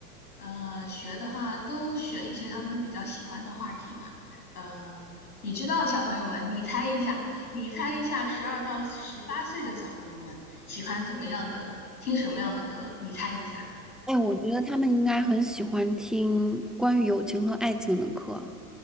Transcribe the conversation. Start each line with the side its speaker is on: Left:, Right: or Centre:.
Left: 呃，学的话都选一些他们比较喜欢的话题吧。呃，你知道小朋友们，你猜一下，你猜一下，十二到十八岁的小朋友们喜欢怎么样的，听什么样的课？你猜一下，
Centre: 哎，我觉得他们应该很喜欢听关于友情和爱情的课，